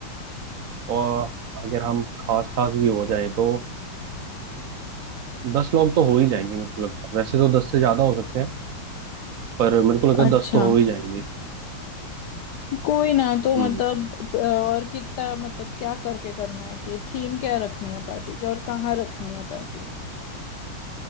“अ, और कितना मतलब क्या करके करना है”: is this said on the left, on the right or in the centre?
Left